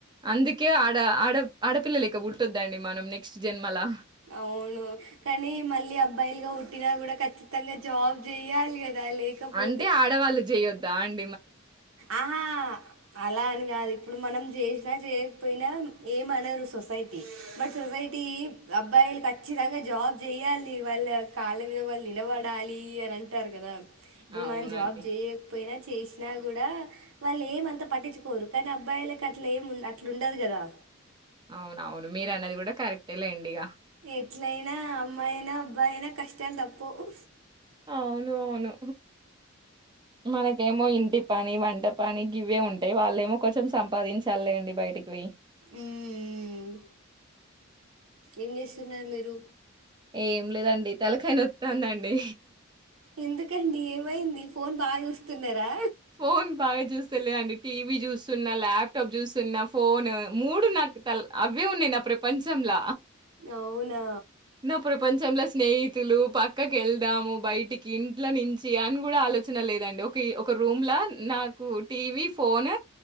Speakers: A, on the right (about 20°); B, on the right (about 75°).
A: అందుకే ఆడపిల్లలగా పుట్టొద్దండి మనం నెక్స్ట్ జన్మలా
B: అవును కానీ మళ్ళీ అబ్బాయిలుగా పుట్టిన కూడా ఖచ్చితంగా జాబ్ చెయాలి కదా లేకపోతే
A: అంటే ఆడవాళ్ళు చేయొద్దా అని
B: ఆహా అలా అని కాదు ఇప్పుడు మనం చేసినా చేయకపోయినా ఏమనరు సొసైటీ బట్ సొసైటీ అబ్బాయిలు కచ్చి తంగా జాబ్ చెయాలి వాళ్ళ కాళ్ళ మీద వాళ్ళు నిలబడాలి అని అంటారు కదా ఇప్పుడు
A: అవునండి
B: మనం జాబ్ చేయకపోయినా చేసినా కూడా వాళ్ళు ఏమంత పట్టించుకోరు కానీ అబ్బాయిలకు అట్ల ఏం అట్లు ఉండదు కదా
A: అవునవును మీరు అన్నది కూడా కరెక్టే లేండి ఇగ
B: ఎట్లయినా అమ్మాయి ఐనా అబ్బాయి ఐనా కష్టాలు తప్పవు
A: అవునవును మనకేమో ఇంటి పని వంటపని గివ్వే ఉంటాయి వాళ్ళ ఏమో కొంచెం సంపాదించాలిలేండి బయటికి పోయి
B: మ్ మ్ ఏం చేస్తున్నారు మీరు
A: ఏం లేదండి తలకాయ నొత్తాందండి
B: ఎందుకండి ఏమైంది ఫోన్ బాగా చూస్తున్నారా
A: ఫోన్ బాగా చూ స్తలే టీవీ చూస్తున్నా ల్యాప్టాప్ చూస్తున్నా ఫోన్ మూడు నాకు అవ్వే ఉన్నయ్ ఇప్పుడు ప్రపంచంల
B: అవునా
A: నా ప్రపంచం కొంచంలో స్నేహితులు పక్కకు వెళ్దాము బయటికి ఇంట్ల నుంచి అని కూడా ఆలోచన లేదండి ఒక ఒక రూమ్ లో నాకు టీవి ఫోన్